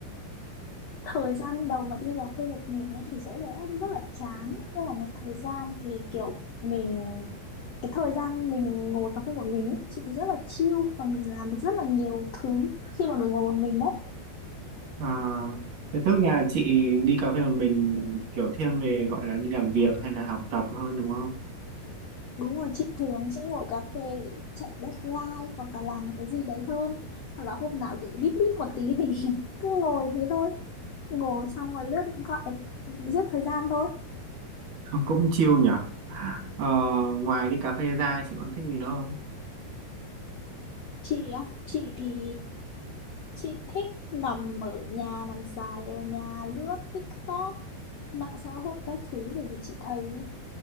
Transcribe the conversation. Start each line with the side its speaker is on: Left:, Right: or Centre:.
Left: Thời gian đầu mà đi cà phê một mình ấy thì sẽ thấy rất là chán nhưng mà một thời gian thì kiểu mình cái thời gian mình ngồi cà phê một mình ấy, chị thấy rất là chill và mình làm được rất là nhiều thứ khi mà mình ngồi một mình đấy.
Right: À, thế tức là chị đi cà phê một mình kiểu thiên về gọi là đi làm việc hay là học tập hơn đúng không?
Left: Đúng rồi, chị thường sẽ ngồi cà phê để chạy deadline hoặc là làm một cái gì đấy hơn. Hoặc là hôm nào kiểu deep deep một tí thì <laughs> cứ ngồi thế thôi. ngồi xong rồi lướt điện thoại giết thời gian thôi
Right: <laughs> Cũng chill nhỉ? Ờ, ngoài đi cà phê ra chị còn thích gì nữa không?
Left: chị á chị thì chị thích nằm ở nhà nằm dài ở nhà lướt TikTok mạng xã hội các thứ bởi vì chị thấy